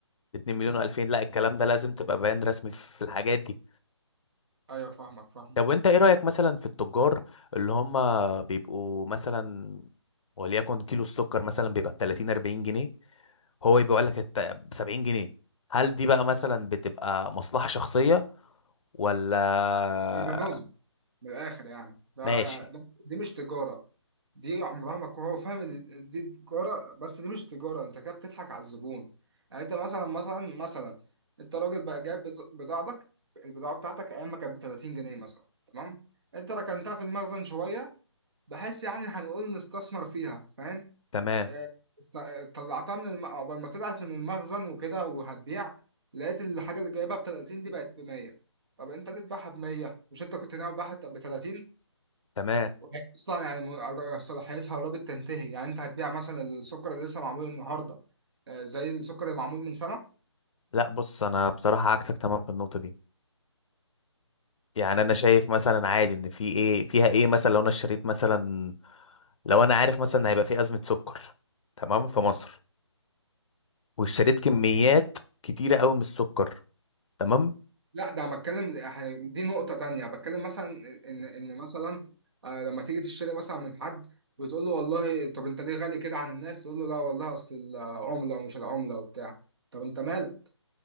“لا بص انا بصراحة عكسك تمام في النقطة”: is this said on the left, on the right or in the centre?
Left